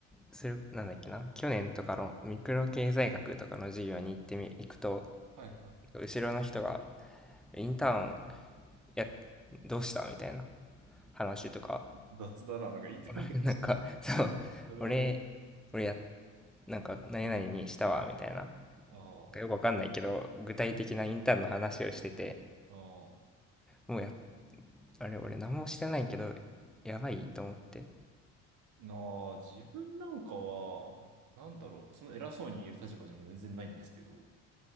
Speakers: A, in the centre; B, on the right.
A: それ、なんだっけな、去年とかのミクロ経済学とかの授業に行ってみ、行くと、
B: はいはい。
A: 後ろの人が、インターン、や、どうしたみたいな話とか、
B: 雑だな、なんかインターンでした。
A: <laughs> なんか、そう、
B: <laughs> なるほど。
A: 俺、俺や、なんか、何々にしたわ、みたいな。
B: あ
A: よくわかんないけど、
B: あ。
A: 具体的なインターンの話をしてて、
B: ああ。
A: もうや、あれ、俺何もしてないけど、やばいと思って。
B: なあ、自分なんかは、なんだろう、その偉そうに言える立場じゃ全然ないんですけど、